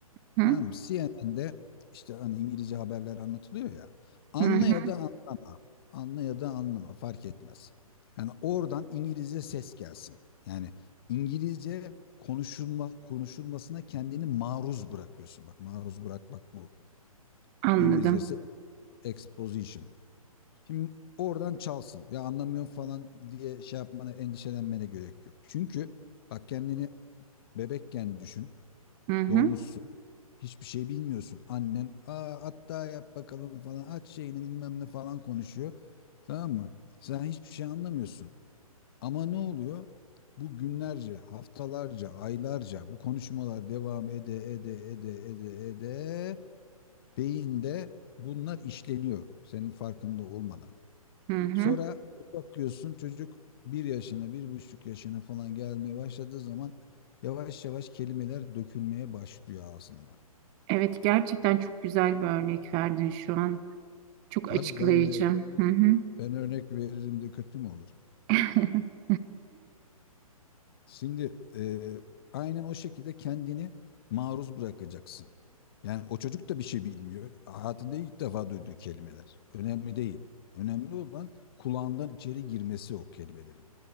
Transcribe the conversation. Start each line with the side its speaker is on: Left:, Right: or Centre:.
Right: Hı
Left: Tamam mı? CNN'de işte hani İngilizce haberler anlatılıyor ya. Anla
Right: hı, hı.
Left: ya da anlama. Anla ya da anlama. Fark etmez. Yani oradan İngilizce ses gelsin. Yani İngilizce konuşulma, konuşulmasına kendini maruz bırakıyorsun. Bak maruz bırakmak bu.
Right: anladım.
Left: İngilizcesi exposition. Şimdi oradan çalsın. Ya anlamıyorum falan diye şey yapmana, endişelenmene gerek yok. Çünkü bak kendini bebekken düşün.
Right: Hı hı,
Left: Doğmuşsun. Hiçbir şey bilmiyorsun. Annen Aa, hatta yap bakalım falan aç şeyini bilmem ne falan konuşuyor. Tamam mı? Sen hiçbir şey anlamıyorsun. Ama ne oluyor? Bu günlerce, haftalarca, aylarca bu konuşmalar devam ede ede ede ede ede beyinde bunlar işleniyor senin farkında olmadan.
Right: hı hı.
Left: Sonra bakıyorsun çocuk bir yaşına, bir buçuk yaşına falan gelmeye başladığı zaman yavaş yavaş kelimeler dökülmeye başlıyor ağzından.
Right: Evet gerçekten çok güzel bir örnek verdin şu an. Çok
Left: Tabii
Right: açıklayıcı.
Left: ben e, örnek
Right: Hı hı.
Left: ben örnek veririm de kötü mü olur?
Right: <laughs>
Left: Şimdi e, aynen o şekilde kendini maruz bırakacaksın. Yani o çocuk da bir şey bilmiyor. Hayatında ilk defa duyduğu kelimeler. Önemli değil. Önemli olan kulağından içeri girmesi o kelimelerin.